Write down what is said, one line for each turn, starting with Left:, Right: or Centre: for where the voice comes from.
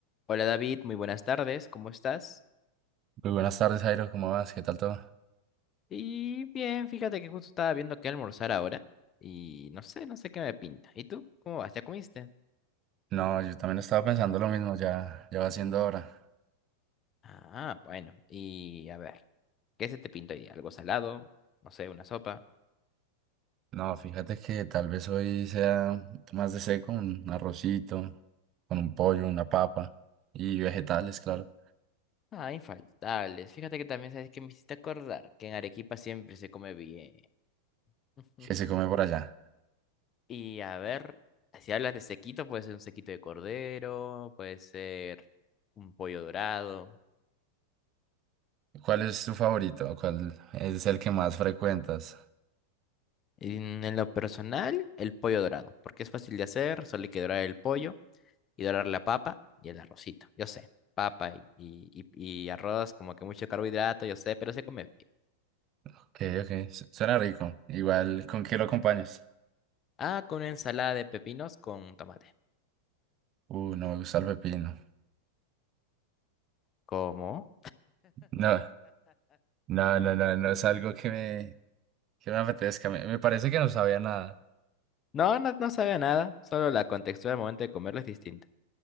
Left: Hola David, muy buenas tardes, ¿cómo estás?
Right: Muy buenas tardes, Jairo, ¿cómo vas? ¿Qué tal todo?
Left: Y bien, fíjate que justo estaba viendo qué almorzar ahora y no sé, no sé qué me pinta. ¿Y tú? ¿Cómo vas? ¿Ya comiste?
Right: No, yo también estaba pensando lo mismo, ya, ya va siendo hora.
Left: Ah, bueno, y a ver, ¿qué se te pinta hoy día? ¿Algo salado? No sé, una sopa.
Right: No, fíjate que tal vez hoy sea más de seco, un arrocito, con un pollo, una papa y vegetales, claro,
Left: Ah, infaltables. Fíjate que también sabes que me hiciste acordar que en Arequipa siempre se come bien. <laughs>
Right: que se come por allá.
Left: Y a ver, si hablas de sequito, puede ser un sequito de cordero, puede ser un pollo dorado.
Right: ¿Cuál es tu favorito? ¿Cuál es el que más frecuentas?
Left: En, en lo personal, el pollo dorado, porque es fácil de hacer, solo hay que dorar el pollo y dorar la papa y el arrocito. Yo sé, papa y, y, y- y arroz, como que mucho carbohidrato, yo sé, pero se come bien.
Right: Ok, ok, su- suena rico. Igual, ¿con qué lo acompañas?
Left: Ah, con una ensalada de pepinos con tomate.
Right: Uh, no me gusta el pepino.
Left: ¿Cómo?
Right: No, no, no, no, no es algo que me, que me apetezca. Me, me parece que no sabía nada.
Left: No, no, no sabe a nada, solo la contextura al momento de comerlo es distinta.